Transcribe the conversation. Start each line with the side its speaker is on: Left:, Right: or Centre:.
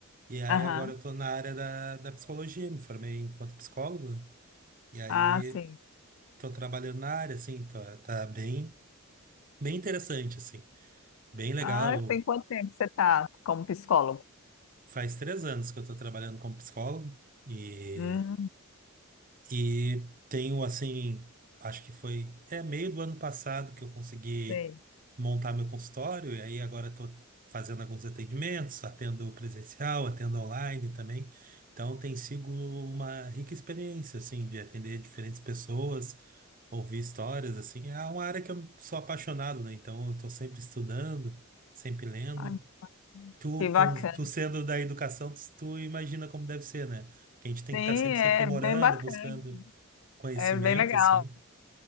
Right: e aí
Left: Aham.
Right: agora eu tô na área da, da psicologia, me formei enquanto psicólogo, né? E aí
Left: Ah, sim.
Right: tô trabalhando na área, assim, tá, tá bem, bem interessante, assim, bem legal.
Left: Ah, tem quanto tempo que você está como psicólogo?
Right: Faz três anos que eu tô trabalhando como psicólogo, e
Left: Hum,
Right: E tenho assim, acho que foi é meio do ano passado que eu consegui
Left: sei.
Right: montar meu consultório, e aí agora estou fazendo alguns atendimentos, atendo presencial, atendo online também. Então tem sido uma rica experiência assim de atender diferentes pessoas, ouvir histórias assim. É uma área que eu sou apaixonado, né? Então eu estou sempre estudando, sempre lendo.
Left: Ai,
Right: Tu,
Left: que
Right: com,
Left: bacana.
Right: tu sendo da educação, tu, tu imagina como deve ser, né? Que a gente tem
Left: Sim,
Right: que estar sempre
Left: é
Right: se aprimorando,
Left: bem bacana,
Right: buscando conhecimento,
Left: é bem legal,
Right: assim.